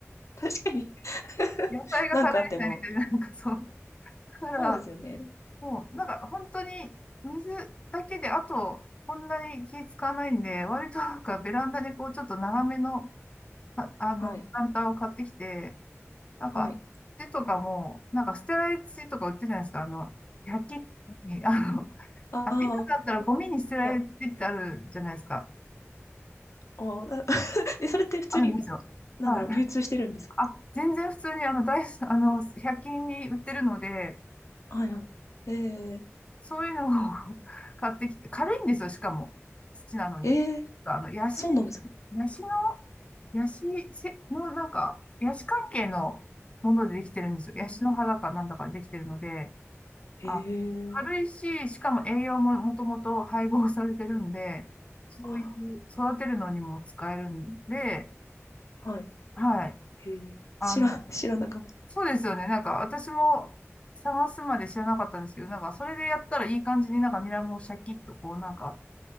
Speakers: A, on the left (about 85°); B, on the left (about 25°).
A: 確かに。<laughs>
B: 菜が食べれないみたいな、
A: なんかあっても。
B: なんかそう。だから、
A: そうですよね。
B: そう、なんか本当に水だけで、あと、こんなに気使わないんで、割となんかベランダでこう、ちょっと長めの、あ、あの、
A: はい。
B: プランターを買ってきて、なんか、
A: はい。
B: 土とかも、なんか捨てられ土とか売ってるじゃないですか、あの、100均に、あの、
A: ああ、
B: あ、ビザだったらゴミに捨てられてってあるじゃないですか。
A: いや、おな <laughs> え、それって普通に、
B: あるんですよ。
A: なんだろう、
B: はい。
A: 流通してるんですか
B: あ、全然普通にあの、大、あの、100均に売ってるので、
A: はいはい。ええ
B: そういうのを <laughs> 買ってきて、軽いんですよ、しかも。土なのに。
A: えー
B: あの、ヤシ、
A: そうなんですか、
B: ヤシの、ヤシせの、なんか、ヤシ関係のものでできてるんですよ。ヤシの葉だかなんだかでできてるので、
A: うん、へえ。
B: あ、軽いし、しかも栄養ももともと配合されてるんで、そういう、
A: あ、
B: 育てるのにも使えるんで、
A: はい。
B: はい。
A: へえ。
B: あの、
A: 知ら、知らなかった。
B: そうですよね。なんか、私も探すまで知らなかったんですけど、なんか、それでやったらいい感じになんかニラもシャキッとこう、なんか、